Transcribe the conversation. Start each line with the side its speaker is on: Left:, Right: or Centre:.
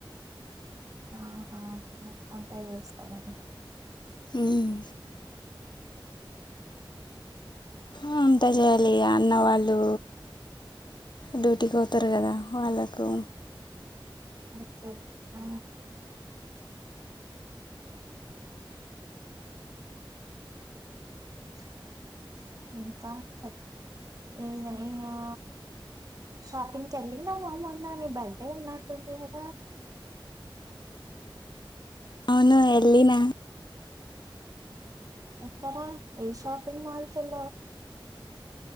Right: ఆహా వంటా చేస్తావేమో
Left: ఉమ్
Right: స
Left: వంటా చేయాలి ఇగ అన్న వాళ్ళు డ్యూటీకి పోతారు కదా వాళ్ళకు
Right: ఓకే ఆ <inaudible> ఇంకా చెప్ ఇంకా షాపింగ్కి వెళ్ళినవా మొన్న నీ బర్త్డే ఉన్నట్టుంది కదా
Left: అవును ఎల్లిన
Right: ఎక్కడా ఏ షాపింగ్ మాల్ కి వెళ్ళవు